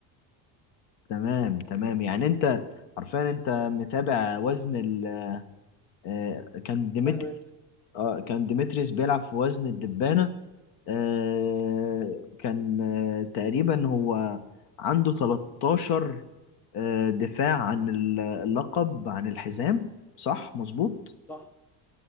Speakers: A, on the left; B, in the centre.
A: تمام تمام يعني انت عارفين انت متابع وزن ال آه، كان ديمتري
B: لاي ويت
A: اه كان ديمتريس بيلعب في وزن الدبانة آه كان آه تقريبا هو عنده 13 آه دفاع عن اللقب عن الحزام صح مظبوط
B: صح